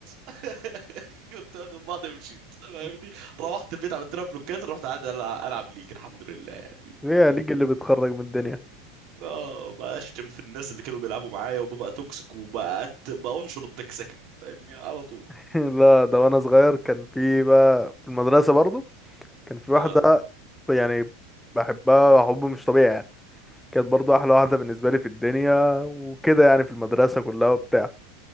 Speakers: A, on the right (about 45°); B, in the centre.
A: <laughs> كنت واخد بعضي ومشيت فاهمني
B: <laughs>
A: روحت البيت عملت لها بلوكات رحت قاعد ألع- العب ليج الحمد لله يعني
B: هي ليج اللي بتخرج من الدنيا
A: اه بشتم في الناس اللي كانوا بيلعبوا معايا وببقى توكسيك وبقى بنشر التكسكه فاهمني على طول
B: <laughs> لا ده وانا صغير كان في بقى في المدرسة برضو كان في واحدة
A: اه
B: يعني بحبها حب مش طبيعي يعني كانت برضو احلى واحدة بالنسبة لي في الدنيا وكده يعني في المدرسة كلها وبتاع